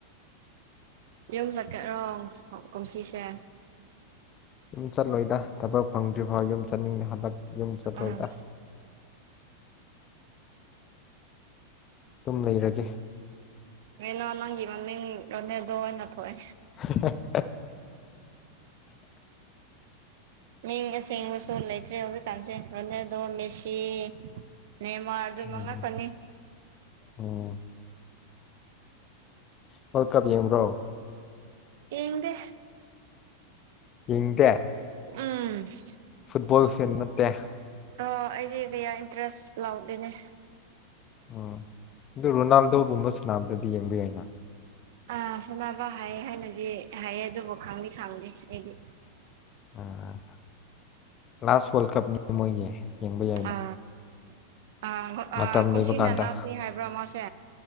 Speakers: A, on the right; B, on the left.
A: ꯌꯨꯝ ꯆꯠꯀꯦꯔꯣ ꯀꯨꯝꯁꯤꯁꯦ
B: ꯌꯨꯝ ꯆꯠꯂꯣꯏꯗ ꯊꯕꯛ ꯐꯪꯗ꯭ꯔꯤꯐꯥꯎ ꯌꯨꯝ ꯆꯠꯅꯤꯡꯗꯦ ꯍꯟꯗꯛ ꯌꯨꯝ ꯆꯠꯂꯣꯏꯗ
A: ꯑꯥ
B: ꯑꯗꯨꯝ ꯂꯩꯔꯒꯦ
A: ꯔꯦꯅꯣ ꯅꯪꯒꯤ ꯃꯃꯤꯡ ꯔꯣꯅꯦꯗꯣ ꯑꯣꯏꯅ ꯊꯣꯛꯑꯦ
B: <unintelligible>
A: ꯃꯤꯡ ꯑꯁꯦꯡꯕꯁꯨ ꯂꯩꯇ꯭ꯔꯦ ꯍꯧꯖꯤꯛꯀꯥꯟꯁꯦ ꯔꯣꯅꯦꯜꯗꯣ ꯃꯦꯁꯤ ꯅꯦꯃꯥꯔ ꯑꯗꯨꯝꯕ
B: ꯎꯝ
A: ꯉꯥꯛꯇꯅꯤ
B: ꯎꯝ ꯋ꯭ꯔꯥꯜ ꯀꯞ ꯌꯦꯡꯕ꯭ꯔꯣ
A: ꯌꯦꯡꯗꯦ
B: ꯌꯦꯡꯗꯦ
A: ꯎꯝ
B: ꯐꯨꯠꯕꯣꯜ ꯐꯦꯟ ꯅꯠꯇꯦ
A: ꯑꯣ ꯑꯩꯗꯤ ꯀꯌꯥ ꯏꯟꯇꯔꯦꯁ ꯂꯥꯎꯗꯦꯅꯦ
B: ꯑꯣ ꯑꯗꯨ ꯔꯣꯅꯥꯜꯗꯣꯒꯨꯝꯕ ꯁꯥꯟꯅꯕꯗꯗꯤ ꯌꯦꯡꯕ ꯌꯥꯏꯅ
A: ꯑꯥ ꯁꯥꯟꯅꯕ ꯍꯥꯏꯌꯦ ꯍꯥꯏꯅꯗꯤ ꯍꯥꯏꯌꯦ ꯑꯗꯨꯕꯨ ꯈꯪꯗꯤ ꯈꯪꯗꯦ ꯑꯩꯗꯤ
B: ꯎꯝ ꯂꯥꯁ ꯋꯥ꯭ꯔꯜ ꯀꯞꯅꯤ ꯃꯣꯏꯒꯤ ꯌꯦꯡꯕ ꯌꯥꯏꯅ
A: ꯑ ꯑ
B: ꯃꯇꯝ
A: ꯑ ꯀꯨꯝꯁꯤꯅ
B: ꯂꯩꯕ ꯀꯥꯟꯗ
A: ꯂꯥꯁꯅꯤ ꯍꯥꯏꯕ꯭ꯔꯥ ꯃꯥꯁꯦ